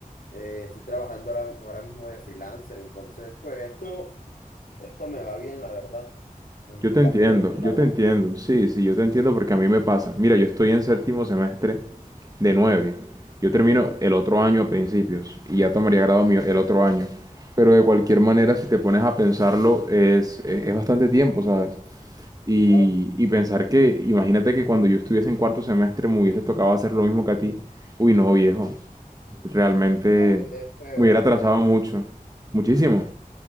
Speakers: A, on the left; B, on the right.
A: eh, estoy trabajando ahora, ahora mismo de freelancer, entonces pues esto, esto me va bien, la verdad, en
B: Yo
A: mis
B: te
A: gastos
B: entiendo,
A: de la
B: yo te
A: U
B: entiendo,
A: y todo,
B: sí, sí, yo te entiendo porque a mí me pasa. Mira, yo estoy en séptimo semestre de nueve. Yo termino el otro año a principios y ya tomaría grado mío el otro año. Pero de cualquier manera, si te pones a pensarlo, es, es, es bastante tiempo, ¿sabes? Y,
A: claro.
B: y pensar que, imagínate que cuando yo estuviese en cuarto semestre me hubiese tocado hacer lo mismo que a ti. Uy, no, viejo. Realmente
A: No, es es feo,
B: me hubiera atrasado
A: es
B: mucho,
A: feo,
B: muchísimo.